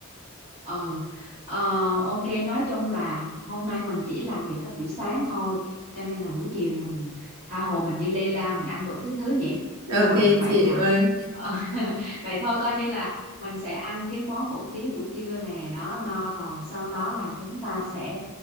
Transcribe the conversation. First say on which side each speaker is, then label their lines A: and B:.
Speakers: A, on the right; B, on the right.
A: Ờ, ờ, ok nói chung là hôm nay mình chỉ làm việc các buổi sáng thôi cho nên là buổi chiều mình tha hồ mình đi lê la mình ăn đủ thứ thứ nhỉ
B: ok
A: rồi vậy
B: chị
A: là
B: vâng
A: Ờ, <laughs> vậy thôi coi như là mình sẽ ăn cái món hủ tiếu buổi trưa nè đó no rồi sau đó là chúng ta sẽ